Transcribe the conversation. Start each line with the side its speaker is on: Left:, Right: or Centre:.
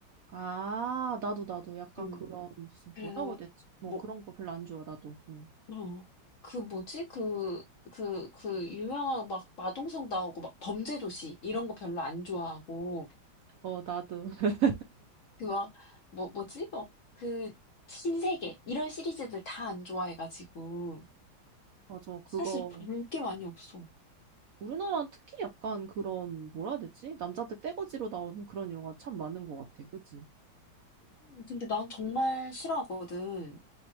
Right: 아, 나도, 나도. 약간
Left: 음.
Right: 그런, 무슨,
Left: 그래서,
Right: 뭐라고 해야 되지? 뭐
Left: 뭐,
Right: 그런 거 별로 안 좋아, 나도. 응.
Left: 어, 그 뭐지? 그, 그, 그, 유명한 막 마동석 나오고 막 범죄도시 이런 거 별로 안 좋아하고,
Right: 어, 나도. <laughs>
Left: 그 막, 뭐, 뭐지? 뭐, 그, 신세계. 이런 시리즈들 다 안 좋아해가지고.
Right: 맞아, 그거.
Left: 사실 볼 게 많이 없어.
Right: 우리나라는 특히 약간 그런, 뭐라 해야 되지? 남자들 떼거지로 나오는 그런 영화 참 많은 것 같아. 그지?
Left: 음, 근데 난 정말 싫어하거든.